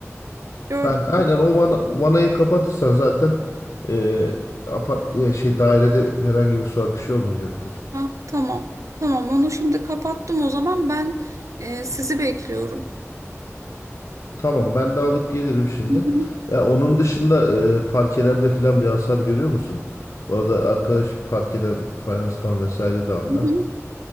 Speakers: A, on the right; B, on the left.
A: Gördüm.
B: Ha, aynen o vana, vanayı kapatırsan zaten e, apart e, şey dairede herhangi bir su akışı olmayacaktır.
A: Ha, tamam. Tamam onu şimdi kapattım o zaman ben e, sizi bekliyorum.
B: Tamam ben de alıp gelirim şimdi.
A: Hı hı,
B: Ya onun dışında e, parkelerde falan bir hasar görüyor musun? Bu arada arkadaş parkeden, fayanstan vesaire de anlar.
A: hı hı.